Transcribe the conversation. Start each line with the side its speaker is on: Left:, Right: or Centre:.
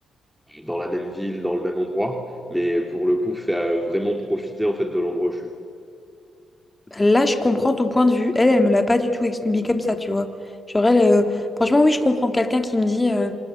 Centre: dans la même ville, dans le même endroit, mais pour le coup, faire vraiment profiter en fait de l'endroit où je suis.
Left: Là, je comprends ton point de vue. Elle, elle me l'a pas du tout expliqué comme ça, tu vois. Genre, elle, euh, franchement, oui, je comprends quelqu'un qui me dit, euh,